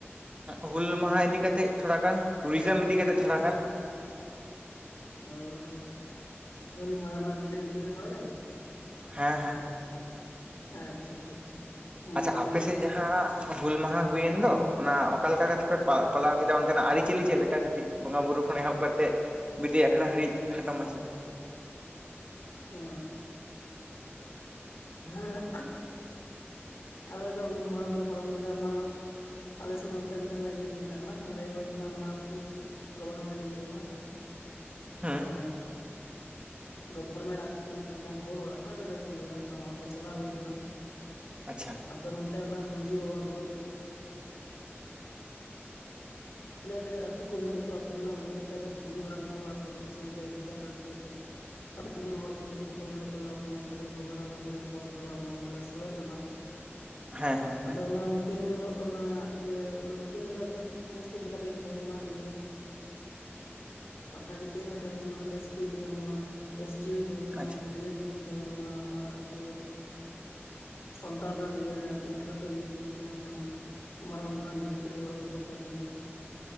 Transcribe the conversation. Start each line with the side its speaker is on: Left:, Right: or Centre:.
Right: ᱦᱩᱞ ᱢᱟᱦᱟ ᱤᱫᱤ ᱠᱟᱛᱮᱜ ᱛᱷᱚᱲᱟ ᱜᱟᱱ ᱴᱩᱨᱤᱡᱚᱢ ᱤᱫᱤ ᱠᱟᱛᱮᱜ ᱛᱷᱚᱲᱟ ᱜᱟᱱ
Left: <unintelligible> ᱦᱩᱞ ᱢᱟᱦᱟ ᱨᱮᱱᱟᱜ <unintelligible> ᱛᱷᱚᱲᱟ ᱜᱟᱱ
Right: ᱦᱮᱸ ᱦᱮᱸ
Left: ᱟᱪᱪᱷᱟ ᱟᱪᱪᱷᱟ ᱩᱸ
Right: ᱟᱪᱪᱷᱟ ᱟᱯᱮ ᱥᱮᱫ ᱡᱟᱦᱟᱸ ᱦᱩᱞ ᱢᱟᱦᱟ ᱦᱩᱭᱮᱱ ᱫᱚ ᱚᱱᱟ ᱚᱠᱟ ᱞᱮᱠᱟ ᱠᱟᱛᱮ ᱯᱮ ᱯᱟ ᱯᱟᱞᱟᱣ ᱠᱮᱫᱟ ᱚᱱᱛᱮᱱᱟᱜ ᱟᱹᱨᱤ ᱪᱤᱞᱤ ᱪᱮᱫ ᱞᱮᱠᱟ ᱠᱟᱹᱴᱤᱡ ᱵᱚᱸᱜᱟ ᱵᱩᱨᱩ ᱠᱷᱚᱱ ᱮᱦᱚᱵ ᱠᱟᱛᱮ ᱵᱤᱫᱟᱹᱭ ᱟᱠᱷᱲᱟ ᱦᱟᱹᱨᱤᱡ ᱠᱷᱟᱴᱚ ᱢᱟᱪᱷᱟ ᱛᱮ
Left: ᱚ ᱟᱻ ᱟᱞᱮ ᱫᱚ ᱦᱩᱞ ᱢᱟᱦᱟ ᱫᱚᱞᱮ ᱯᱟᱞᱚᱱ ᱠᱮᱫᱟ ᱚᱱᱟ ᱟᱞᱮ ᱥᱮᱫ ᱫᱚ ᱤᱭᱟᱹ ᱠᱚ ᱢᱮᱛᱟᱜ ᱠᱟᱱᱟ ᱨᱟᱭᱜᱚᱸᱡᱽ ᱟᱨᱠᱤ ᱜᱚᱵᱷᱚᱨᱢᱮᱱᱴ ᱤᱭᱟᱹ ᱠᱟᱱᱟ
Right: ᱦᱮᱸ
Left: <unintelligible> ᱜᱚᱵᱷᱚᱨᱢᱮᱱᱴ <unintelligible> ᱦᱚᱞ ᱚᱲᱟᱜ <unintelligible> ᱞᱟᱹᱴᱩ ᱜᱮᱭᱟ ᱟᱫᱚ ᱚᱸᱰᱮ ᱪᱟᱞᱟᱣ ᱦᱩᱭ ᱞᱮᱱᱟ
Right: ᱟᱪᱪᱷᱟ
Left: ᱟᱫᱚ ᱚᱱᱛᱮ ᱚᱱᱟ ᱢᱟᱹᱡᱷᱤ ᱵᱟᱵᱟ ᱠᱚ <unintelligible> <unintelligible> ᱛᱤᱱᱟᱹᱜ ᱰᱷᱮᱨ ᱟᱹᱛᱩ ᱠᱚ ᱢᱮᱱᱟᱜᱼᱟ ᱡᱚᱛᱚ ᱟᱹᱛᱩ <unintelligible> ᱢᱟᱺᱡᱷᱤ ᱦᱟᱲᱟᱢ ᱠᱚ <unintelligible> ᱟᱨ ᱵᱟᱠᱤ ᱥᱚᱢᱚᱭ ᱛᱮ ᱤᱫᱤ ᱛᱟᱨᱟ ᱠᱚ <unintelligible> ᱡᱚᱛᱚ ᱦᱚᱲᱞᱮ ᱪᱟᱞᱟᱣ ᱞᱮᱱᱟ ᱜᱟᱹᱰᱤ ᱠᱚ ᱵᱷᱟᱲᱟ ᱦᱩᱭ ᱞᱮᱱᱟ ᱡᱚᱛᱚ ᱦᱚᱲᱞᱮ ᱪᱟᱞᱟᱣ ᱞᱮᱱᱟ ᱚᱸᱰᱮᱞᱮ ᱥᱮᱞᱮᱫ ᱞᱮᱱᱟ
Right: ᱦᱮᱸ ᱦᱮᱸ
Left: ᱟᱫᱚ
Right: ᱦᱮᱸ
Left: ᱚᱱᱟ ᱢᱤᱴᱤᱝ ᱨᱮᱫᱚ ᱚᱱᱟ ᱤᱭᱟᱹ ᱚᱱᱟ ᱢᱤᱴᱤᱝ ᱨᱮᱫᱚ ᱩᱯᱟᱥᱛᱤᱛ ᱞᱮᱠᱟ ᱛᱮᱜᱮᱞᱤᱧ ᱛᱟᱦᱮᱸ ᱞᱮᱱᱟ ᱤᱭᱟᱹ <inaudible> ᱛᱟᱦᱮᱸ ᱞᱮᱱᱟ ᱮᱥᱯᱤ ᱛᱟᱦᱮᱸ ᱞᱮᱱᱟ ᱮᱥᱰᱤᱳ ᱛᱟᱦᱮᱸ ᱞᱮᱱᱟ
Right: ᱟᱪᱪᱷᱟ
Left: ᱵᱤᱰᱤᱭᱳ ᱛᱟᱦᱮᱸ ᱞᱮᱱᱟ ᱟᱨ ᱟᱵᱚ ᱥᱟᱱᱛᱟᱲ ᱨᱮᱱ ᱤᱭᱟᱹ ᱞᱟᱹᱴᱩ ᱞᱟᱹᱴᱩ ᱤᱭᱟᱹ ᱠᱚᱠᱚ ᱛᱟᱦᱮᱸ ᱞᱮᱱᱟ ᱢᱟᱨᱟᱝ ᱢᱟᱨᱟᱝ <unintelligible> ᱦᱚᱲ ᱠᱚᱠᱚ ᱛᱟᱦᱮᱸ ᱞᱮᱱᱟ